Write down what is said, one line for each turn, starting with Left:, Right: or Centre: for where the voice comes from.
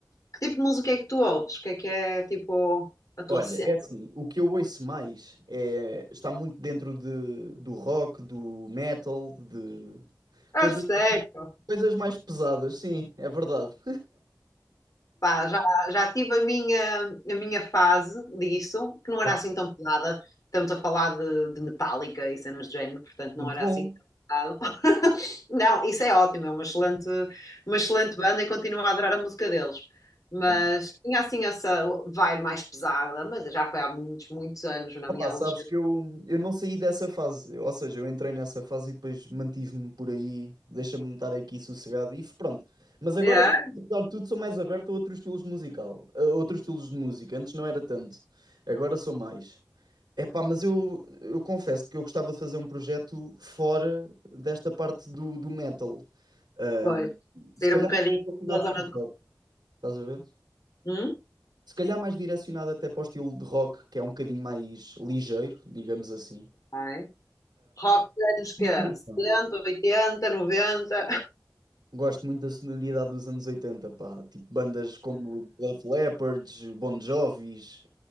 Left: que tipo de música é que tu ouves? O que é que é tipo a tua
Right: Olha,
Left: cena?
Right: é assim, o que eu ouço mais é, está muito dentro de, do rock, do metal, de
Left: A
Right: coisa,
Left: sério?
Right: coisas mais pesadas, sim, é verdade.
Left: Pá, já, já tive a minha, a minha fase disso, que não era
Right: Ok,
Left: assim tão pesada. Estamos a falar de, de Metallica e cenas de género, portanto
Right: Muito
Left: não era
Right: bom.
Left: assim tão pesado. <laughs> Não, isso é ótimo, é uma excelente, uma excelente banda e continuo a adorar a música deles. Mas
Right: É
Left: tinha assim essa vibe mais pesada, mas já foi há muitos, muitos anos na
Right: Opa,
Left: minha adolescência.
Right: sabes que eu, eu não saí dessa fase, ou seja, eu entrei nessa fase e depois mantive-me por aí, deixa-me estar aqui sossegado e f- pronto. Mas agora,
Left: Yeah.
Right: apesar de tudo, sou mais aberto a outros estilos musical, a outros estilos de música. Antes não era tanto, agora sou mais. Epá, mas eu, eu confesso que eu gostava de fazer um projeto fora desta parte do, do metal. Ahm,
Left: Pois, sair
Right: se calhar
Left: um bocadinho
Right: mais direcionado
Left: da zona
Right: para rock, estás a ver?
Left: de... Hum?
Right: Se calhar mais direcionado até para o estilo de rock, que é um bocadinho mais ligeiro, digamos assim.
Left: Ai. Rock dos anos que
Right: Inspiração.
Left: 70, 80, 90.
Right: Gosto muito da sonoridade dos anos 80, pá. Tipo, bandas como Def Leppard, Bon Jovis.